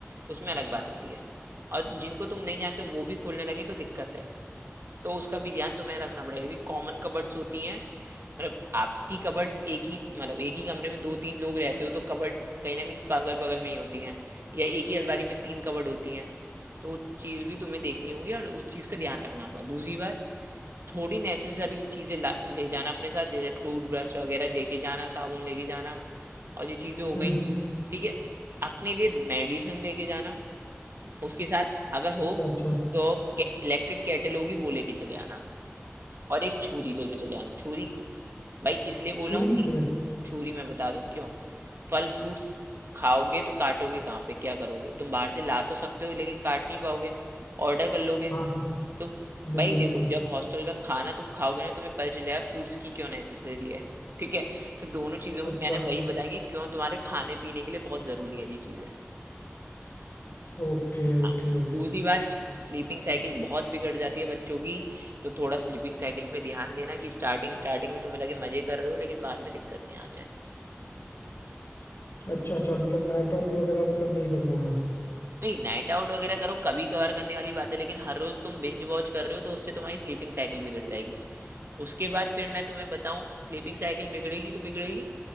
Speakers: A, on the right (about 60°); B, on the left (about 65°).
A: उसमें अलग बात होती है और जिनको तुम नहीं जानते वो भी खोलने लगे तो दिक्कत है तो उसका भी ध्यान तुम्हें रखना पड़ेगा क्योंकि कॉमन कबर्ड्स होती हैं मतलब आपकी कबर्ड एक ही मतलब एक ही कमरे में दो तीन लोग रहते हो तो कबर्ड कहीं ना कहीं बगल बगल में ही होती हैं या एक ही अलमारी में तीन कबर्ड होती हैं तो उस चीज भी तुम्हें देखनी होगी और उस चीज का ध्यान रखना होगा दूसरी बात थोड़ी नेसेसरी चीजें ला- ले जाना अपने साथ जैसे टूथब्रश वगैरह लेके जाना साबुन लेके जाना और ये चीजें हो
B: हम्म
A: गई
B: हम्म
A: ठीक है अपने लिए मेडिसिन लेके जाना उसके साथ अगर हो
B: अच्छा अच्छा
A: तो इलेक्ट्रिक केटल होगी वो लेके चले आना और एक छुरी लेके चले आना छुरी भाई इसलिए बोला
B: छुरी
A: हूँ
B: निकली
A: कि छुरी मैं बता दूं क्यों फल फ्रूट्स खाओगे तो काटोगे कहाँ पे क्या करोगे तुम बाहर से ला तो सकते हो लेकिन काट नहीं पाओगे ऑर्डर कर लोगे
B: हाँ हाँ हाँ
A: तो
B: बिल्कुल
A: भाई देखो
B: बिल्कुल
A: जब हॉस्टल का खाना तुम खाओगे ना तुम्हें पता चलेगा फ्रूट्स की क्यों नेसेसरी है ठीक है तो दोनों चीजों
B: अच्छा
A: में मैंने
B: अच्छा
A: वही बताएंगे क्यों तुम्हारे खाने पीने के लिए बहुत जरूरी है ये चीजें
B: Okay okay
A: हाँ
B: okay
A: दूसरी बात स्लीपिंग साइकिल बहुत बिगड़ जाती है बच्चों की तो थोड़ा स्लीपिंग साइकिल पे ध्यान देना कि स्टार्टिंग स्टार्टिंग में तुम्हें लगे मजे कर रहे हो लेकिन बाद में दिक्कत नहीं आ जाए
B: अच्छा अच्छा मतलब नाइट आउट वगैरह मतलब नहीं करना है
A: नहीं नाइट आउट वगैरह करो कभी कभार करने वाली बात है लेकिन हर रोज तुम बिंज वॉच कर रहे हो तो उससे तुम्हारी स्लीपिंग साइकिल बिगड़ जाएगी उसके बाद फिर मैं तुम्हें बताऊं स्लीपिंग साइकिल बिगड़ेगी तो बिगड़ेगी